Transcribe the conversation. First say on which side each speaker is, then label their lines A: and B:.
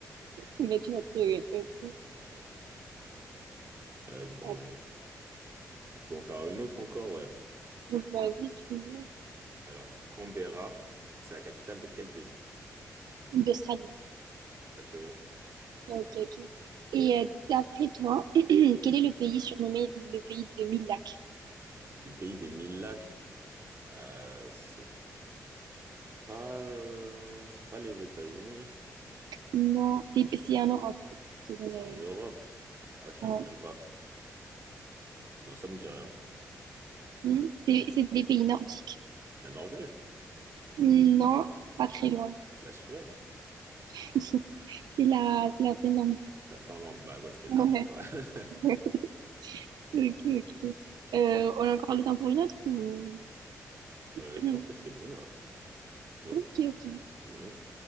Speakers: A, on the right; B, on the right.
A: Mais tu l'as trouvé. Ok.
B: Ouais. Euh, donc,
A: Ah,
B: on peut en faire une autre encore, ouais.
A: Donc, vas-y, tu veux.
B: Alors, Canberra, c'est la capitale de quel pays?
A: d'Australie.
B: Exactement.
A: Ok, ok. Et euh, d'après toi, <clears throat> quel est le pays surnommé le pays de mille lacs?
B: Le pays des mille lacs. Euh, c'est pas, euh, c'est pas les États-Unis,
A: Non, C'est c'est en Europe. Je te donne
B: c'est en Europe. Ah ouais, je savais
A: ouais.
B: même pas. Non, ça me dit rien.
A: Hmm, C'est c'est des pays nordiques.
B: La Norvège,
A: Hmm, Non, pas très
B: la, Su-
A: loin.
B: la Suède,
A: <laughs> C'est la, c'est la Finlande.
B: la Finlande. Bah ouais, c'était le
A: Ouais.
B: dernier quoi. <laughs>
A: <laughs> Ok, ok. Euh, on a encore le temps pour une autre? ou- <clears throat>
B: Euh, je pense que c'est bon là. Ouais.
A: Ok, ok.
B: Mhm.